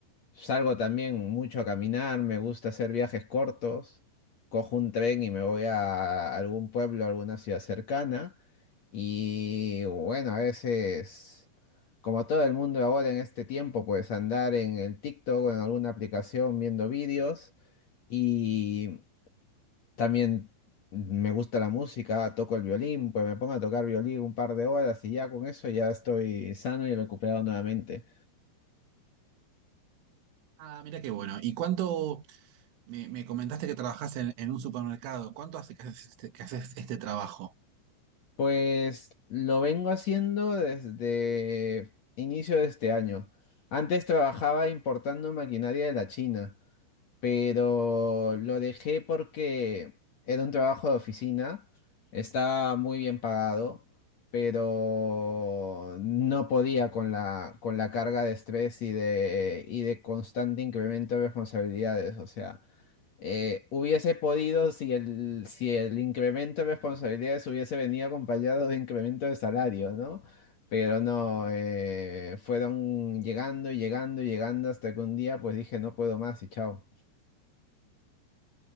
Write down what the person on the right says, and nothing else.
Ah, mira qué bueno. ¿Y cuánto me, me comentaste que trabajás en, en un supermercado? ¿Cuánto hace que haces este, que haces este trabajo?